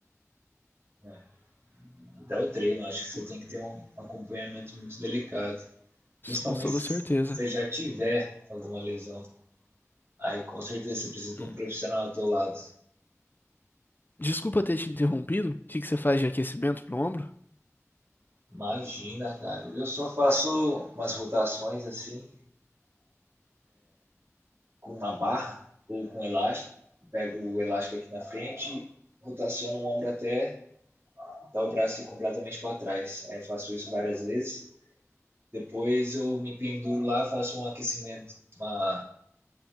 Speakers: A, on the right; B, on the left.
A: É. Até o treino, acho que você tem que ter um acompanhamento muito delicado.
B: Isso
A: Principalmente
B: com toda
A: se
B: certeza.
A: você já tiver alguma lesão. Aí com certeza você precisa de
B: Hum.
A: um profissional ao teu lado.
B: Desculpa ter te interrompido. O que que você faz de aquecimento pro ombro?
A: Imagina, cara. Eu só faço umas rotações assim, com uma barra ou com um elástico. Pego o elástico aqui na frente, rotaciono o ombro até, até o braço ir completamente para trás. Aí eu faço isso várias vezes. Depois eu me penduro lá, faço um aquecimento, uma,